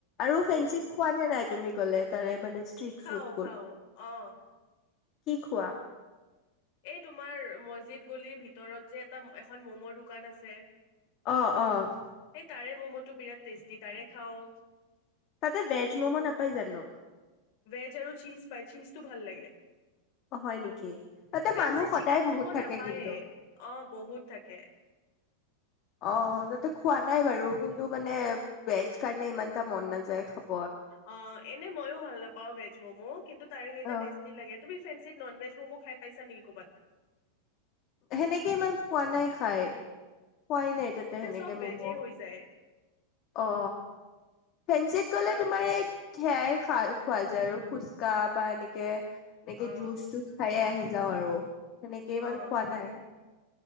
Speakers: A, on the left (about 30°); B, on the left (about 45°).
A: আৰু
B: উম
A: ফেঞ্চিত খোৱা নে নাই? তুমি গ'লে তাৰে মানে ষ্ট্ৰিট
B: খাও
A: ফুডবোৰ
B: খাও অঁঃ
A: কি খোৱা
B: এই তোমাৰ মছজিদ গলিৰ ভিতৰত যে এটা এখন মম' দোকান আছে
A: অঁঃ অঁঃ
B: এই তাৰে মম'টো বিৰাট টেষ্টি তাৰে খাওঁ
A: তাতে ভেজ মমো নাপায় জানো
B: ভেজ আৰু চীজ পাই চীজটো ভাল লাগে
A: অ', হয় নেকি? তাতে
B: ফেন্সিত
A: মানুহ সদায়
B: চিকেন
A: বহুত
B: মম'
A: থাকে
B: নাপায়ে
A: কিন্তু
B: অ বহুত থাকে
A: অ তাতে খোৱা নাই বাৰু কিন্তু মানে ভেজ কাৰণে ইমান এটা মন নাযায় খব
B: অ এনে মইও ভাল নাপাও ভেজ ম'মো কিন্তু তাৰে কেইটা
A: অ'।
B: টেষ্টি লাগে তুমি ফেন্সিত নন ভেজ মম' খাই পাইছা নেকি কৰ'বাত
A: সেনেকে ইমান পোৱা নাই খাই পোৱাই নাই তাতে সেনেকে
B: চব
A: মম'
B: ভেজে হৈ যায়
A: অ ফেঞ্চিত গ'লে
B: আৰু
A: তোমাৰ এই সেয়াই খা খোৱা যায় আৰু ফুচকা বা এনেকে এনেকে
B: অ
A: জুচ চুচ খায়েই আহি যাওঁ আৰু মানে কেইবাৰো
B: অ
A: খোৱা নাই